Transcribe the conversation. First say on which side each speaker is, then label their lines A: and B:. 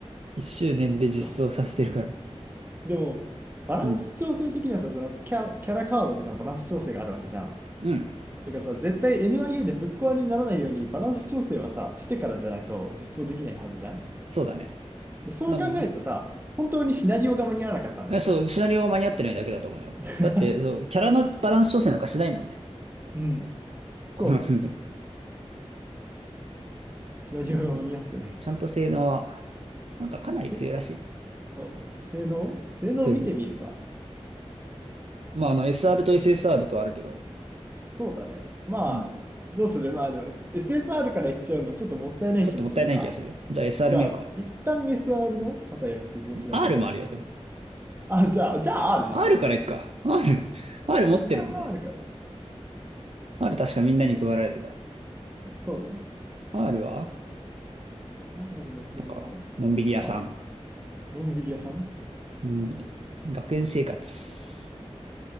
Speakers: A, on the right (about 65°); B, on the right (about 20°).
A: 一周年で実装させてるから。
B: そっか。でも、バランス調整的にはさ、
A: うん。
B: そのキャラ、キャラカードとかのバランス調整があるわけじゃん。
A: うん。
B: だからさ、絶対 NIA でぶっ壊れにならないようにバランス調整はさ、してからじゃないと実装できないはずじゃん。
A: そうだね。
B: そう考えるとさ、
A: 名前
B: 本当にシナリオが間に合わなかったんだね、
A: えそう、
B: これ。
A: シナリオが間に合ってないだけだと思うよ。
B: <laughs>
A: だって、そう、キャラのバランス調整なんかしないもんね。
B: うん。そうね。
A: この分野
B: シナリオが間に合ってないか。
A: うんうんちゃんと性能は、なんかかなり強いらしいね。
B: えあ性能性能見てみるか。
A: そういうのまあ、あの、SR と SSR とあるけど、
B: そうだね。まあ、
A: うん。
B: どうするまあでも、SSR からいっちゃうのちょっともったいない気もするか。
A: ちょっともったいない気がする。じゃあ SR
B: じゃあ、
A: 見るか。
B: 一旦 SR の畑山鈴を調べる。
A: R もあるよ、でも。
B: あ、じゃあ、じゃあ R
A: R
B: でしょ
A: からいっか。R、<laughs> R 持ってるもんね。
B: う。一旦 R から。
A: R 確かみんなに配られてた。
B: そうね。
A: R は、
B: R の性能。
A: なんか、のんびり屋さん。
B: あら、のんびり屋さん
A: のんびり。学園生活。